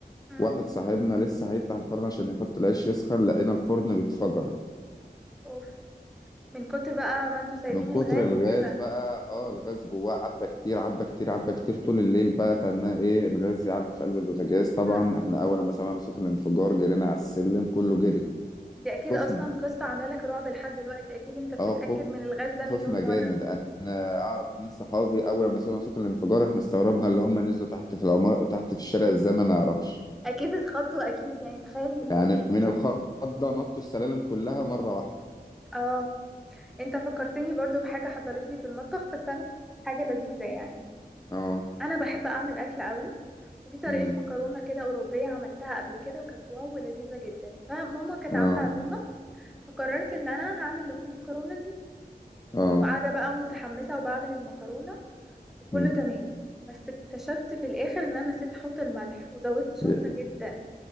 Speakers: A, in the centre; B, on the left.
A: امم
B: واحد صاحبنا لسه هيفتح الفرن عشان يحط العيش يسخن لقينا الفرن بيتفجر
A: اوف من كتر بقى ما انتوا سايبين
B: من كتر
A: الغاز
B: الغاز
A: وكده
B: بقى اه الغاز جواه عبى كتير عبى كتير عبى كتير طول الليل بقى تناه ايه الغاز يعبي في قلب البوتاجاز طبعا
A: امم
B: احنا اول ما سمعنا صوت الانفجار جرينا على السلم كله جري
A: دي اكيد
B: خفنا
A: اصلا قصة عاملة لك رعب لحد دلوقتي اكيد انت بتتأكد
B: اه خف
A: من الغاز ده
B: خوفنا
A: مليون
B: جامد
A: مرة
B: انا اعرف اتنين صحابي اول ما سمعوا صوت الانفجار احنا استغربنا اللي هم نزلوا تحت في العمارة تحت في الشارع ازاي ما نعرفش
A: اكيد اتخضوا اكيد يعني تخيل من
B: يعني
A: بالليل
B: من
A: يعني
B: الخضة نطوا السلالم كلها مرة واحدة
A: اه انت فكرتني برضو بحاجة حصلت لي في المطبخ بس انا حاجة لذيذة يعني
B: اه
A: انا بحب اعمل اكل قوي وفي طريقة
B: امم
A: مكرونة كده أوروبية عملتها قبل كده وكانت واو لذيذة جدا فماما كانت
B: اه
A: عاملة عزومة فقررت إن أنا هعمل لهم المكرونة دي
B: اه
A: وقاعدة بقى متحمسة وبعمل المكرونة وكله
B: مم.
A: تمام بس اكتشفت في الآخر إن أنا نسيت أحط الملح وزودت شطة
B: ي-
A: جدا